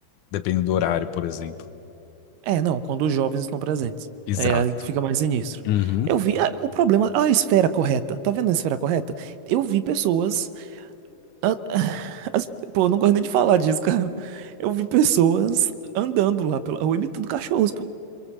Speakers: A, on the left; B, on the right.
A: dependendo do horário, por exemplo.
B: É, não, quando os jovens estão presentes.
A: Exato.
B: É aí que fica mais sinistro.
A: Uhum.
B: Eu vi ah, o problema, a esfera correta. Tá vendo a esfera correta? Eu vi pessoas a- <sighs> as- pô, eu não gosto nem de falar disso, <laughs> cara. Eu vi pessoas andando lá pela rua imitando cachorros, pô,